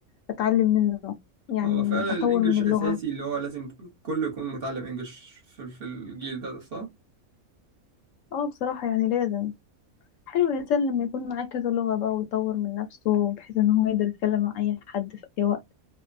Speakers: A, on the left; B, on the right.
A: اتعلم منه يعني
B: هو فعلا
A: اطور
B: الإنجليش
A: من اللغة
B: أساسي اللي هو لازم كله يكون متعلم إنجليش في في الجيل ده ده صح؟
A: اه بصراحة يعني لازم حلو الإنسان لما يكون معاه كذا لغة بقى ويطور من نفسه بحيث إن هو يقدر يتكلم مع أي حد في أي وقت